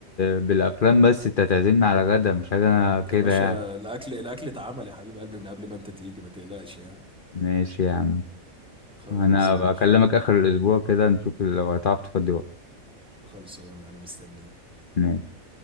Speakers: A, on the left; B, in the centre.
A: بالافلام بس انت تعزمني على غدا مش هاجي انا كده
B: يا باشا
A: يعني
B: الاكل الاكل اتعمل يا حبيب قلبي من قبل ما انت تيجي ما تقلقش يعني
A: ماشي يا عم
B: خلاص
A: انا
B: ماشي
A: بكلمك اخر الاسبوع كده نشوف لو هتعرف تفضي وقت
B: خلصان انا مستنيك
A: ماشي